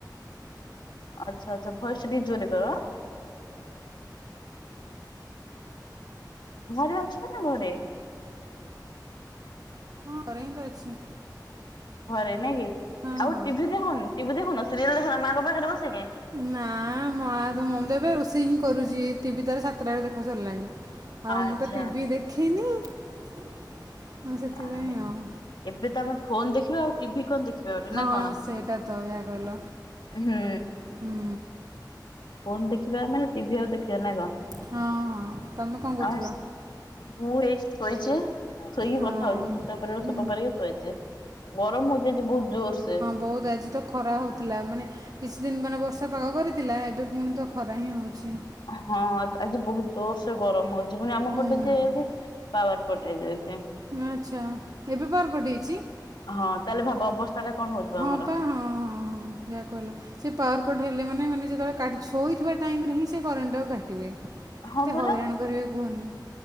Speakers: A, on the left; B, on the right.
A: ଆଚ୍ଛା ଆଚ୍ଛା ଭଏସଟା ଟିକେ ଜୋରେ କର ଆଁ। ହୁଁ ଘରେ ଅଛ ନା ଘରେ।
B: ହଁ ଘରେ ହିଁ ତ ଅଛି।
A: ଘରେ ନାଇଁ କି
B: ହଁ
A: ଆଉ
B: ହଁ।
A: ଟିଭି ଦେଖୁନୁ ଟିଭି ଦେଖୁନ ସିରିଏଲ ଦେଖୁନ ମାଙ୍କ ପାଖରେ ବସିକି?
B: ନା ମା ତ ମମି ଦେବେ ରୋଷେଇ ହିଁ କରୁଚି ଟିଭି ତାର ସାତଟାକୁ ଦେଖା ସରିଲାଣି। ଆଉ
A: ଆଚ୍ଛା
B: ମୁଁ ତ ଟିଭିି ଦେଖେନି ମୁଁ
A: ଆଚ୍ଛା।
B: ସେଥିପାଇଁ ଆଉ।
A: ଏବେ ତ ଆମେ ଫୋନ ଦେଖିବ ଆଉ ଟିଭି କଣ ଦେଖିବା ଗୋଟେ
B: ହଁ
A: ନା କଣ?
B: ସେଇଟା ତ ଯାହା କହିଲ।
A: ହୁଁ।
B: ହୁଁ
A: ଫୋନ ଦେଖିବା ଆମେ ଟିଭି ଆଉ ଦେଖିବା ନା କଣ?
B: ହଁ ହଁ ତମେ କଣ କହୁଥିଲ?
A: ଆଉ ମୁଁ ଏଇ ଶୋଇଚି ଶୋଇକି
B: ହଁ
A: କ ଥା ହୋଉଚି ଛାତ ଉପରେ ଗୋଟେ
B: ହୁଁ
A: ସପ ପାରିକି ଶୋଇଚି ଗରମ ହୋଉଚି ଆଜି ବୋହୁତ ଜୋର ସେ
B: ବୋହୁତ ଆଜି ତ ଖରା ହୋଉଥିଲା ମାନେ କିଛି ଦିନ ମାନେ ବର୍ଷା ପାଗ କରିଥିଲା ଏବେ ପୁଣି ତ ଖରା ପାଇଁ ହୋଉଛି।
A: ହଁ ଆଜି ବୋହୁତ ଜୋର ସେ ଗରମ ହୋଉଚି ପୁଣି ଆମ
B: ହୁଁ
A: ପଟେ ଯେ ପାୱାର କଟ୍ ହେଇଯାଇଚି।
B: ଆଛା ଏବେ ପାୱାରକଟ୍ ହେଇଚି?
A: ହଁ ତାହେଲେ ଭାବ ଅବସ୍ଥା ଟା କଣ ହଉଥିବ
B: ହଁ
A: ଆମର
B: ପା ହଁ ହଁ ହଁ ଯା କହିଲ। ସେ ପାୱାରକଟ୍ ହେଲେ ମାନେ ମାନେ ଯେତୋବେଳେ କା ଶୋଇଥିବା ଟାଇମ ରେ ହିଁ ସେ କରେଣ୍ଟଟାକୁ କାଟିବେ।
A: ହଁ
B: ଏତେ
A: ପରା
B: ହଇରାଣ କରିବେ କୁହନି।